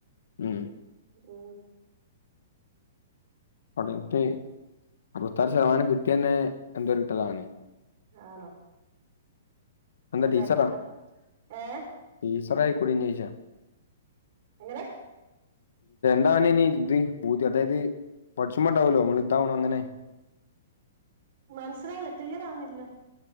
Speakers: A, on the left; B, on the right.
A: മ്
B: മ്
A: പടനത്തിന് അറുവത്താറ് ശതമാനം കിട്ട്യയന്നെ ന്തോരു കിട്ടലാണ്.
B: ആണോ. ഇത്ര
A: ന്താ ടീച്ചറാ,
B: ബേക്കോട്ടാ ഏ
A: ടീച്ചറായാകൂടഞ്ഞയ്ച്ച.
B: എങ്ങനെ
A: ഇതാവനെനി ഇത് പൂതി അതായത് പഠിച്ചുമണ്ടാവല്ലോ നമ്മൾ ഇതാവണം അങ്ങനെ
B: മനസ്സിലാവു ക്ലിയർ ആവുന്നില്ലോ